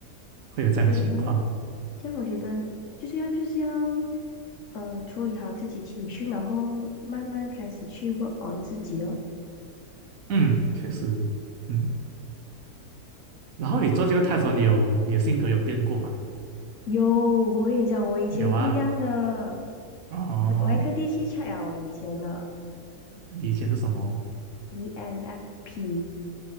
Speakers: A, on the right; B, on the left.
A: 会有这样的情况。
B: 我觉得，这样我觉得就是要就是要，呃，处理好自己情绪，然后慢慢开始去问 o 自己哦。
A: 嗯，确实，嗯。然后你做这个 t e s 你有你的性格有变过吗？
B: 有，我跟你讲，我以前不一样的，
A: 有啊，哦，
B: 我我还特地去 check 了我以前的
A: 你以前是什么？
B: ENFP，